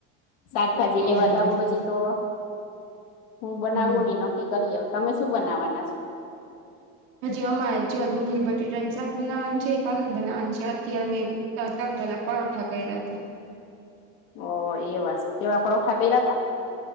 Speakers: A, on the left; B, on the right.
A: શાકભાજી
B: ઓહો
A: લેવા જાઉ
B: હજી
A: હજીતો,
B: તો
A: હું બનાવું
B: હમ
A: ઈ ન- -નકકી કરીએ, તમે શું બનાવવાના છે?
B: હજી, અમારે જો ડુંગળી બટેટા નું શાક બનાવાનું છે. ભાખરી બનાવાનું છે અત્યારે- <unintelligible> પરોઠા કર્યા તા.
A: ઓ એવાછે કેવા પરોઠા કર્યા તા.